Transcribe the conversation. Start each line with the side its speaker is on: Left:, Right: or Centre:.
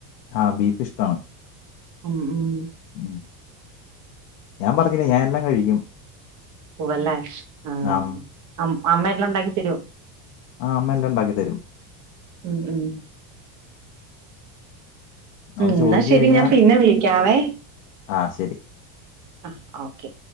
Left: ആ ബീഫ് ഇഷ്ടാണ്
Right: ഉം ഉം
Left: ഉം ഞാൻ പറഞ്ഞില്ലേ ഞാനെല്ലാം കഴിക്കും
Right: പൂവല്ലെ ആ
Left: ആഹ്
Right: അം അമ്മെഎല്ലാം ണ്ടാക്കിതരൊ
Left: ആഹ് അമ്മ എല്ലാം ഉണ്ടാക്കി തരും
Right: ഉം ഉം
Left: നമ്മള്
Right: ഉം
Left: ചോദിച്ചു
Right: ന്നാ ശെരി
Left: കഴിഞ്ഞാൽ
Right: ഞാൻ പിന്നെ വിളിക് ക്ക്യാവേ
Left: ആഹ് ശരി
Right: ആഹ് ഓക്കെ